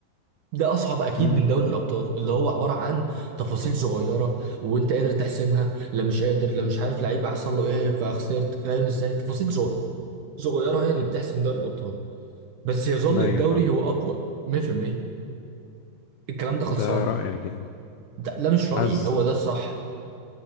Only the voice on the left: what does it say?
امم
ايوه
فاهم
ده رأيك يعني
حاسس
<laughs>